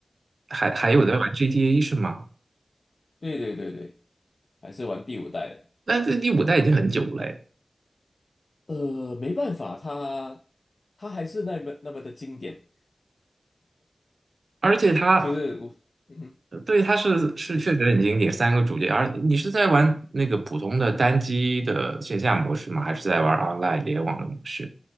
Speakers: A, on the right (about 80°); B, on the left (about 60°).
A: 还还有在玩
B: 嗯，
A: GTA 是吗？
B: 对对对对，还是玩第五代的。
A: 那这第五代已经很久了诶
B: 呃，没办法，它它还是那么那么的经典，
A: 而且它
B: 就是我，嗯哼，
A: 对它是是确实很经典，
B: 你说，
A: 三个主角。而你是在玩那个普通的单机的线下模式吗？还是在玩 online 联网的模式？